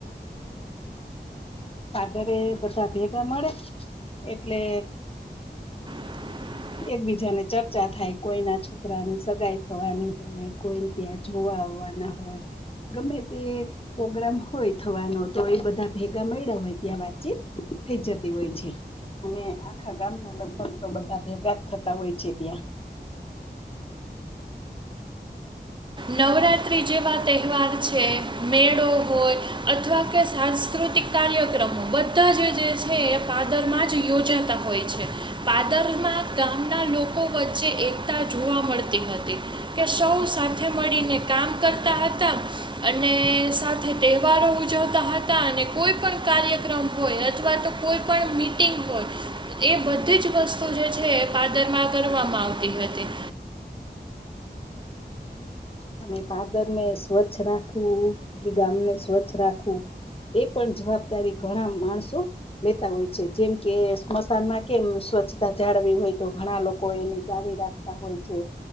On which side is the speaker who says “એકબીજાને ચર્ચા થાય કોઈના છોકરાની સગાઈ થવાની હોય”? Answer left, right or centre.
Left